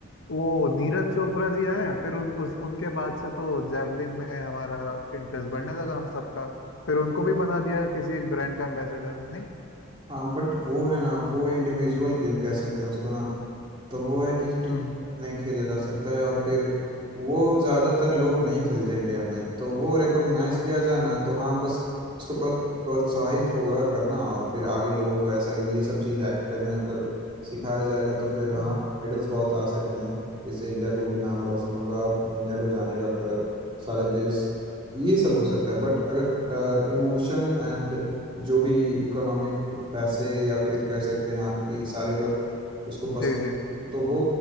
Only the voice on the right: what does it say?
हाँ बट वो है ना वो इंडिविजुअल गेम कह सकते हैं उसको ना तो वो है कि
टीम नहीं खेला जा सकता है और फिर वो ज़्यादातर लोग नहीं खेलते इंडिया में तो वो रिकॉग्नाइज किया जाए ना तो हाँ बस उसको प्रो- प्रोत्साहित होगा करना और फिर आगे लोगों को ऐसा ये सब चीज़ एक्ट करने अगर सिखाया जाएगा तो फिर
हाँ मेडल्स बहुत आ सकते हैं इससे इंडिया को भी नाम रोशन होगा इंडिया को जानेगा पूरा सारा देश ये सब हो सकता है बट अगर इमोशन एंड जो भी इकोनॉमिक पैसे या फिर कह सकते हैं आपकी सारे लोग उसको पसंद
तो वो